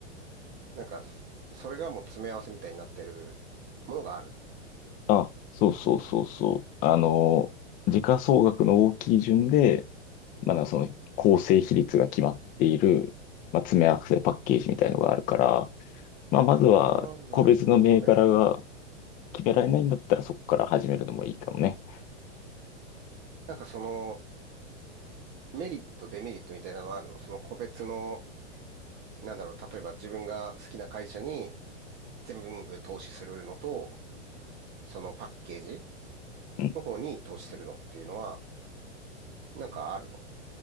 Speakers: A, on the right; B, on the left.
A: なんかそ、それがもう詰め合わせみたいになってるものがある。
B: あ、そうそうそうそう。あの、時価総額の大きい順で、まだその構成比率が決まっている、まあ、詰め合わせパッケージみたいのがあるから、まあ、まずは個別の銘柄が
A: ああ、なるほどね。
B: 決められないんだったらそこから始めるのもいいかもね。
A: なんかその、メリット、デメリットみたいなのはあるのその個別の、なんだろう、例えば自分が好きな会社に全部投資するのと、そのパッケージ
B: うん
A: の方に投資するのっていうのは、なんかあるの